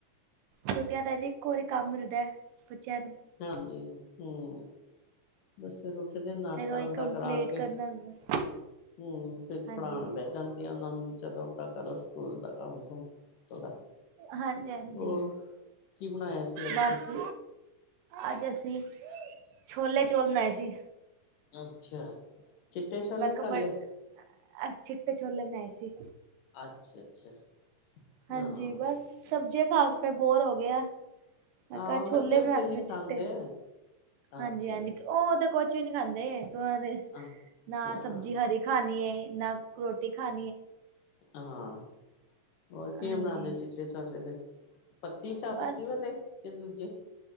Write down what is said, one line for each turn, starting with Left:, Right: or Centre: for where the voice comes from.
Right: ਛੂਟੀਆਂ ਦਾ ਜੀ ਇੱਕੋ ਵਾਰੀ, ਕੰਮ ਮਿਲਦਾ ਹੈ, ਬੱਚਿਆਂ ਨੂੰ,।
Left: ਹਾਂਜੀ ਹੂੰ। ਬਸ ਫਿਰ ਉੱਠਦੇ ਨਾਸ਼ਤਾ,
Right: ਫੇਰ ਉਹੀ
Left: ਨੂਸ਼ਤਾ
Right: ਕੰਪਲੀਟ
Left: ਕਰਾ ਕੇ
Right: ਕਰਨਾ ਹੁੰਦਾ
Left: ਹੂ ਫਿਰ
Right: ਹਾਂਜੀ
Left: ਪੜ੍ਹਾਉਣ ਬੈ ਜਾਂਦੇ। ਜਾਂਦੇ ਆ ਉਹਨਾਂ ਨੂੰ ਵੀ, ਚਲੋ ਆਪਣਾ ਕਰੋ। ਸਕੂਲ ਦਾ ਕੰਮ, ਕੁਮ ਥੋੜਾ
Right: ਹਾਂਜੀ ਹਾਂਜੀ
Left: ਹੋਰ? ਕੀ ਬਣਾਇਆ ਸੀ ਅੱਜ
Right: ਬਸ
Left: ਫਿਰ?
Right: ਅੱਜ ਅਸੀਂ ਛੋਲੇ ਚੌਲ ਬਣਾਏ ਸੀ।
Left: ਅੱਛਾ ਚਿੱਟੇ ਛੋਲੇ
Right: ਮੈਂ ਕਿਹਾ
Left: ਕਾਲੇ
Right: ਬੜ ਅੱਜ ਚਿੱਟੇ ਛੋਲੇ ਬਣਾਏ ਸੀ।
Left: ਅੱਛਾ- ਅੱਛਾ
Right: ਹਾਂਜੀ
Left: ਹਾਂ
Right: ਬਸ ਸਬਜ਼ੀਆਂ ਖਾ ਕੇ ਬੋਰ ਹੋ ਗਏ ਆਂ। ਮੈਂ
Left: ਹਾਂ
Right: ਕਿਹਾ ਛੋਲੇ
Left: ਬੱਚੇ ਬੁੱਚੇ
Right: ਬਣਾ ਲੈਣੇ
Left: ਨਹੀਂ ਖਾਂਦੇ
Right: ਚਿੱਟੇ ਹਾਂਜੀ-
Left: ਅੱਛਾ
Right: ਹਾਂਜੀ ਉਹ ਤਾਂ ਕੁਛ ਵੀ ਨਹੀਂ ਖਾਂਦੇ ਉਨਾਂ ਦੇ
Left: ਹਾਂ
Right: ਨਾ
Left: ਹਾਂ
Right: ਸਬਜ਼ੀ ਹਰੀ ਖਾਣੀ ਨਾ ਰੋਟੀ ਖਾ
Left: ਹਾਂ ਹੋਰ ਕਿਵੇ
Right: ਹਾਂਜੀ
Left: ਬਣਾਉਦੇ ਚਿੱਟੇ ਛੋਲੇ ਫਿਰ ਪੱਤੀ ਚਾਹ
Right: ਬਸ
Left: ਪੱਤੀ ਵਾਲੇ ਕਿ ਦੂਜੇ